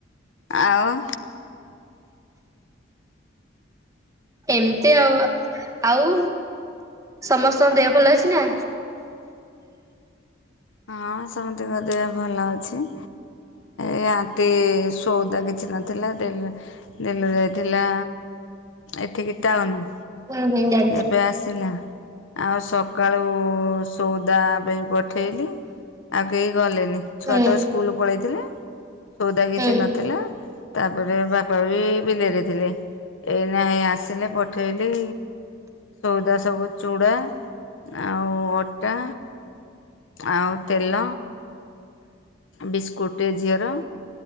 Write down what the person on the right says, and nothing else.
ଏମିତି ଆଉ। ଆଉ ସମସ୍ତଙ୍କ ଦେହ ଭଲ ଅଛି ନା?
ହୁଁ ହୁଁ ଜା
ହୁଁ
ହୁଁ